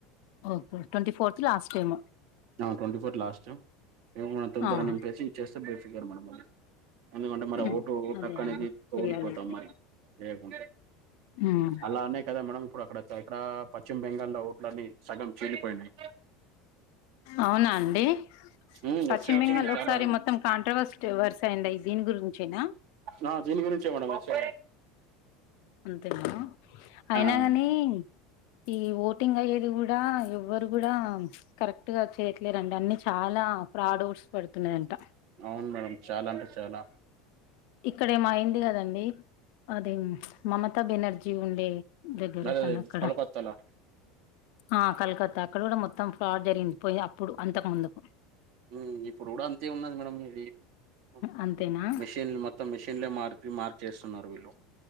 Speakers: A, on the left; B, on the right.
A: okay twenty fourth last ఏమో
B: ఆ ట్వంటీ ఫోర్ లాస్ట్ ఏమున్నది తొం
A: ఆహా
B: తొర నింపేసి ఇచ్చేస్తే బేఫిగర్ మేడం మళ్ళీ ఎందుకంటే మరి
A: ఉమ్,
B: ఓటు ఓటక్
A: అదే
B: అనేది
A: అండి
B: కోలుపోతాం
A: చెయ్యాలయితే
B: మరి ఏయకుంటే
A: ఉమ్
B: అలా అనే కదా మేడం ఇప్పుడు అక్కడ ఎక్కడ పశ్చిమ బెంగాల ఓట్ల అన్నీ సగం చీలిపోయినాయి
A: అవునా అండి
B: మ్
A: పశ్చిమ్
B: ఎస్ఆర్తోనే
A: బెంగాల్ ఒకసారి
B: చాలా
A: మొత్తం కాంట్రవర్సడ్ వర్స్ అయింది దీని గురించి ఏన
B: ఆ దీని గురించే మేడం మంచి
A: అంతేనా అయిన
B: మ్
A: గానీ ఈ ఓటింగ్ అయ్యేది కూడా ఎవ్వరు కూడా ప్చ్ కరెక్ట్ గా చేయట్లేరండి అన్ని చాలా ఫ్రాడుడ్స్ పడుతున్నయట
B: అవును మేడం చాలా అంటే చాలా
A: ఇక్కడేమో అయింది కదండి అదే మమతా బెనర్జీ ఉండే దగ్గర
B: అదే
A: తను అక్కడ
B: కలకత్తాలో
A: ఆ కలకత్తా అక్కడ కూడా మొత్తం ఫ్రాడ్ జరిగింది పోయి అప్పుడు అంతకు ముందుకు
B: ఊ ఇప్పుడు కూడా అంతే ఉన్నది మేడం ఇది అ
A: అంతేనా
B: మిషన్లు మ తం మిషన్లే మార్పి మార్చేస్తున్నారు వీళ్ళు